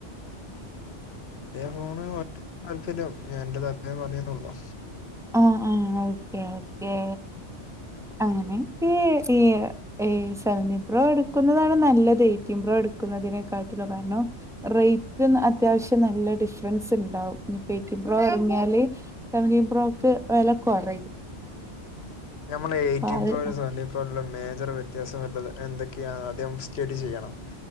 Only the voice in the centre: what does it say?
ആഹ് ആഹ് ഓക്കേ ഓക്കേ അങ്ങനെക്കെ ഈ ഏഹ് സെവന്റീൻ പ്രോ എടുക്കുന്നതാണ് നല്ലത് എയ്റ്റീൻ പ്രോ എടുക്കുന്നതിനെക്കാട്ടിലും കാരണം റേയ്റ്റും അത്യാവശ്യം നല്ല ഡിഫറൻസ് ഇണ്ടാവും ഇനിപ്പോ എയ്റ്റീൻപ്രോ ഇറങ്ങിയാല് സെവന്റീൻ പ്രോക്ക് വെലക്കൊറയും.
അത്